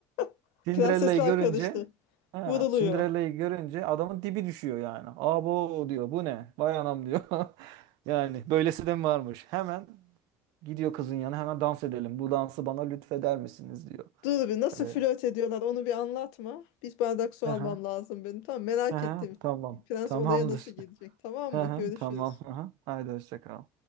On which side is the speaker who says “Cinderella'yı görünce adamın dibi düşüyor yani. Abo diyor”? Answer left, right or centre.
Right